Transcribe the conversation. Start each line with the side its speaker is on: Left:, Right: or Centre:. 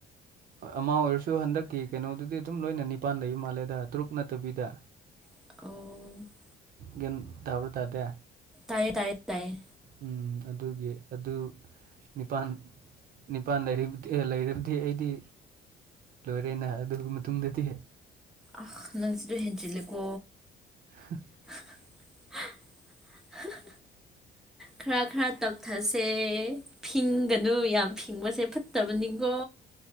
Right: ꯑꯃꯥ ꯑꯣꯏꯔꯁꯨ ꯍꯟꯗꯛꯀꯤ ꯀꯩꯅꯣꯗꯨꯗꯤ ꯗꯨꯝ ꯂꯣꯏꯅ ꯅꯤꯄꯥꯟ ꯂꯩ ꯃꯥꯜꯂꯦꯗ ꯇꯔꯨꯛ ꯅꯠꯇꯕꯤꯗ
Centre: ꯑꯣ
Right: ꯒꯤꯟ ꯇꯥꯕ꯭ꯔꯥ ꯇꯥꯗꯦ
Centre: ꯇꯥꯏꯌꯦ ꯇꯥꯏꯌꯦ ꯇꯥꯏ
Right: ꯎꯝ ꯑꯗꯨꯒꯤ ꯑꯗꯨ ꯅꯤꯄꯥꯟ ꯅꯤꯄꯥꯟ ꯂꯩꯔꯤꯕꯗꯤ ꯂꯩꯔꯕꯗꯤ ꯑꯩꯗꯤ ꯂꯣꯏꯔꯦꯅ ꯑꯗꯨ ꯃꯇꯨꯡꯗꯗꯤ
Centre: ꯑꯍ ꯅꯪꯁꯤꯗ ꯍꯦꯟꯖꯤꯜꯂꯦꯀꯣ
Right: ꯍ
Centre: <unintelligible> ꯈꯔ ꯈꯔ ꯇꯞꯊꯁꯦ ꯐꯤꯡꯒꯅꯨ ꯌꯥꯝ ꯐꯤꯡꯕꯁꯦ ꯐꯠꯇꯕꯅꯤꯀꯣ